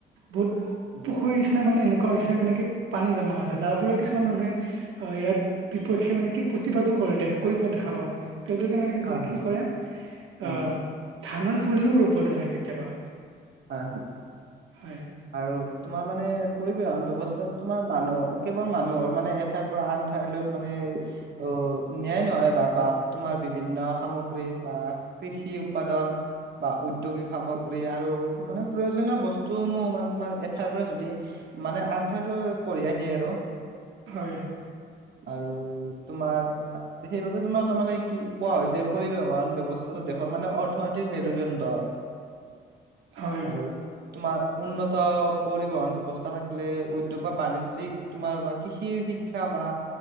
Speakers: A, on the right (about 80°); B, on the right (about 55°).
A: বহুত
B: উম,
A: পুখুৰীৰ নিচিনা মানে এনেকুৱা হৈছে মানে কি পানী জমা হৈছে, যাৰ ফলত কিছুমান মানুহে আ-ইয়াৰ বিপক্ষে মানে কি প্ৰতিবাদো কৰি দিয়ে, কৰিব দেখা পাওঁ। তেওঁলোকে মানে
B: হয়, হয়,
A: কি কৰে,
B: উম,
A: আহ, ধানৰ পুলিও ৰুব ধৰে কেতিয়াবা।
B: হয়, হয়।
A: হয়।
B: আৰু তোমাৰ মানে, পৰিবহন ব্যৱস্থাত তোমাৰ মানুহ কেৱল মানুহৰ মানে ঠাইৰ পৰা আন ঠাইলৈ মানে অ, নিয়াই নহয় বা, বা তোমাৰ বিভিন্ন সামগ্ৰী বা কৃষি উৎপাদন বা উদ্যোগিক সামগ্ৰী আৰু মানে প্ৰয়োজনীয় বস্তুসমূহ মানে তোমাৰ এঠাইৰ পৰা যদি, মানে আন ঠাইৰলৈ কঢ়িয়াই নিয়ে আৰু
A: হয়।
B: আৰু তোমাৰ, সেইবাবে তোমাৰটো, মানে কি কোৱা হয় যে, পৰিবহন ব্যৱস্থাটো দেশৰ মানে অৰ্থনৈতিৰ মেৰুদণ্ড
A: হয়
B: আৰু তোমাৰ উন্নত, পৰিবহন ব্যৱস্থা থাকিলে উদ্যোগ বা বাণিজ্যিক তোমাৰ বা কৃষিৰ শিক্ষা বা